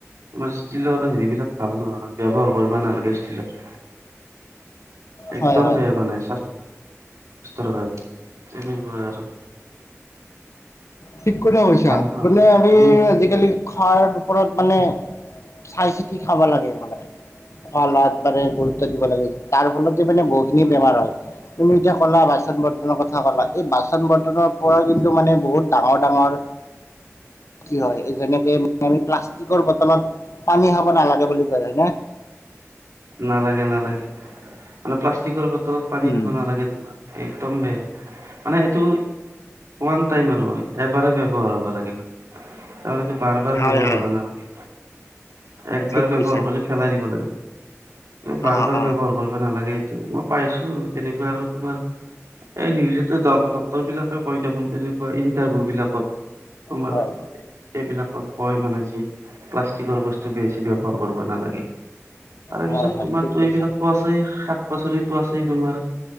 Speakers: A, on the right (about 75°); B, on the left (about 65°).
A: তোমাৰ ষ্টিলৰ হেৰিবিলাক ভাল নহয়, ব্যৱহাৰ কৰিব নালাগে ষ্টীলৰ। একদম
B: হয় হয়
A: বেয়া মানে - স্বাস্থ্য হয় তেনেকুৱা আৰু।
B: ঠিক কথা কৈছা,
A: ভাল নহয়
B: বোলে আমি
A: তুমি
B: আজিকালি খোৱাৰ ওপৰত- মানে চাই- চিতি খাব লাগে সদায়, খোৱা লোৱাত মানে গুৰুত্ব দিব লাগে। তাৰ ফলতে মানে বহুত- খিনি বেমাৰ হয়। তুমি এতিয়া ক'লা বাচন- বৰ্তনৰ কথা ক'লা, এই বাচন বৰ্তনৰ পৰা যদি- টো মানে বহুত ডাঙৰ হয় কি হয়? যেনেকে- আমি প্লাষ্টিকৰ বটলত পানী খাব নালাগে বুলি কয়, হয় নে?
A: নালাগে, নালাগে। মানে প্লাষ্টিকৰ বটলত পানী
B: উম
A: খাব নালাগে তোমাৰ- একদম বেয়া। মানে এইটো- ওৱান টাইম আৰু এবাৰে ব্যৱহাৰ হ'ব লাগে। তাৰমানেটো বাৰ বাৰ
B: হয়
A: ব্যৱহাৰ
B: হয়
A: হ'ব নেলাগে, একবাৰ
B: ঠিক কৈছা
A: ব্যৱহাৰ- পেলাই দিব লাগে। বাৰ
B: অ
A: বাৰ
B: অ
A: বৱহাৰ কৰিব নালাগে, এইটো মই পাইছোঁ। উম, তেনেকুৱা আৰু তোমাৰ এই নিউজতো ডক্তৰ বিলাকে কয় দেখোন তেনে- ইণ্টাৰভিউ বিলাকত। তোমাৰ-
B: হয়
A: সেইবিলাকত কয় মানে যে প্লাষ্টিকৰ বস্তু বেছি ব্যৱহাৰ কৰিব নালাগে। তাৰে
B: হয়
A: পিছত
B: হয়
A: তোমাৰতো
B: ঠিক কৈছা
A: এইবিলাকটো আছেই, শাক-পাচলিটো আছেই তোমাৰ।